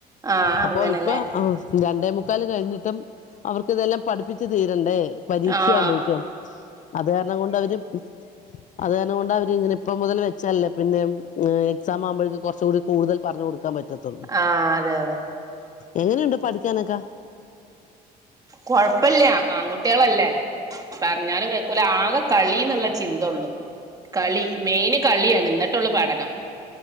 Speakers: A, on the right; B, on the left.
A: ആഹ്
B: അപ്പൊ
A: അങ്ങനല്ലേ
B: ഇപ്പൊ രണ്ടേമുക്കാല് കഴിഞ്ഞിട്ടും അവർക്ക് ഇതെല്ലാം പഠിപ്പിച്ച് തീരണ്ടേ പരീക്ഷുമ്പോഴേക്കും
A: ആഹ്
B: അത് കാരണം കൊണ്ട അവര് <inaudible> അത് കാരണം കൊണ്ട് അവർ ഇങ്ങനെ ഇപ്പം മുതൽ വെച്ചാലല്ലേ പിന്നെ എക്സാം ആവുമ്പോഴേക്ക് കുറച്ചുകൂടി കൂടുതൽ പറഞ്ഞു കൊടുക്കാൻ പറ്റും
A: ആഹ് അതെ അതെ
B: എങ്ങനെയുണ്ട് പഠിക്കാനൊക്കെ
A: കൊഴപ്പില്ല ആൺകുട്ടികളല്ലേ പറഞ്ഞാലും കേൾക്കുല ആകെ കളിന്നുള്ള ചിന്ത ഉള്ളു കളി മെയിന് കളിയാണ് എന്നിട്ടുള്ള പഠനം